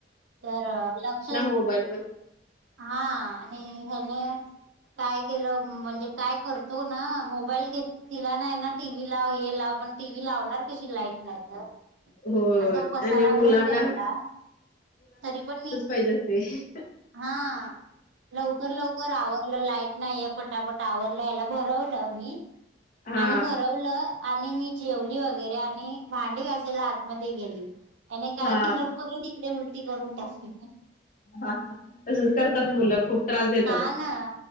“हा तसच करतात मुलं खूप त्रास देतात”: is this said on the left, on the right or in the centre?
Left